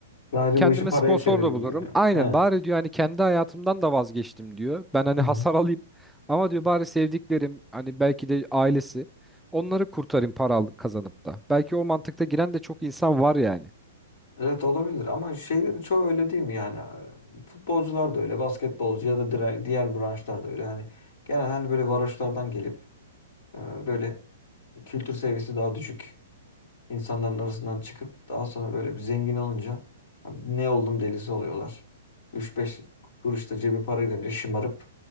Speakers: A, on the left; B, in the centre.
A: Sadece
B: Kendime
A: bu işi paraya
B: sponsor
A: çevireyim
B: da bulurum.
A: diyor ya.
B: Aynen
A: He.
B: bari diyor hani kendi hayatımdan da vazgeçtim diyor. Ben hani
A: Hı hı.
B: hasar alayım ama diyor bari sevdiklerim hani belki de ailesi onları kurtarayım para al- kazanıp da. Belki o mantıkta giren de çok insan var yani.
A: Evet olabilir ama şeylerin çoğu öyle değil mi yani? Ee, Futbolcular da öyle, basketbolcu ya da dire- diğer branşlar da öyle. Yani genelde hani böyle varoşlardan gelip e, böyle kültür seviyesi daha düşük İnsanların arasından çıkıp daha sonra böyle bir zengin olunca "Abi ne oldum delisi oluyorlar. Üç beş kuruş da cebi para görünce şımarıp